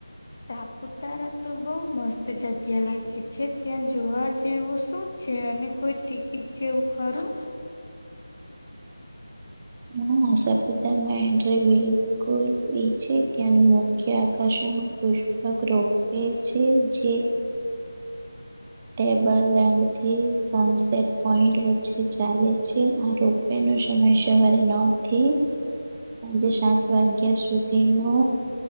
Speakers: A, on the left; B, on the right.
A: સાપુતારા તો બઉુ મસ્ત જગ્યા લાગે છે ત્યાં જોવા જેવું શું છે અને કોઈ ટિકિટ જેવું ખરું
B: હ સપતાર એન્ટ્રી બી ફ્રી છે ત્યાંનું મુખ્ય આકર્ષણ પુ રોપે છે જે ટેબલ લેન્ડ થી સનસેટ પોઈન્ટ વચ્ચે ચાલે છે. એનો સમય સવારે નવ થી. સાંજે સાત વાગ્યા સુધી નો.